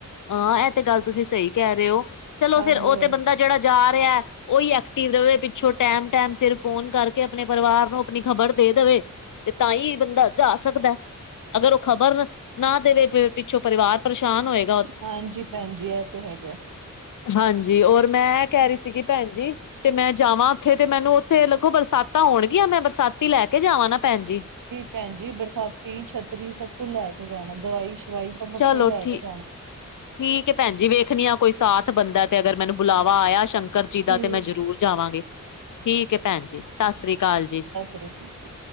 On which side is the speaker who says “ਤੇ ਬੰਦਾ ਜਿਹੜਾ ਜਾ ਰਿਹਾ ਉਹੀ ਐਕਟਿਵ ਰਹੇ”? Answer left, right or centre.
Left